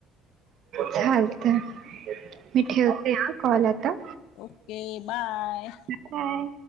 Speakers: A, on the right; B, on the left.
A: चालतय.. मी ठेवते हा कॉल आता
B: ओ. के. Bye
A: bye